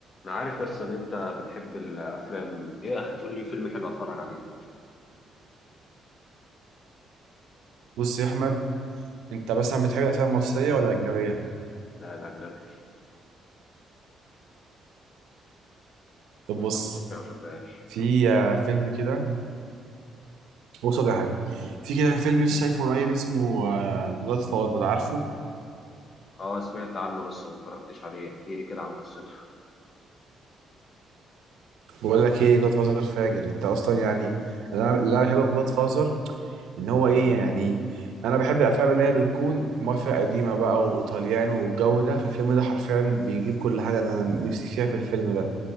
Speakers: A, on the left; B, on the right.
A: انا عارف بس ان انت بتحب الافلام ايه يا اخي قول لي فيلم حلو اتفرج عليه
B: بص يا احمد انت مثلا بتحب الافلام المصريه ولا الاجنبيه
A: لا الاجنبي
B: طب
A: الافلام
B: بص
A: المصريه ما بحبهاش
B: في آه، فيلم كده بص ولا حاجه في كده فيلم لسه شايفه قريب اسمه جاد فاذر عارفه
A: اه سمعت عنه بس ما اتفرجتش عليه احكي لي كده عن قصته
B: بقول لك ايه جاد فاذر فاجر انت اصلا يعني انا اللي انا بحبه في جاد فاذر ان هو ايه يعني انا بحب الافلام اللي هي بتكون مافيا قديمه بقى وايطاليان والجو ده فالفيلم ده حرفيا بيجيب كل حاجه انا نفسي فيها في الفيلم ده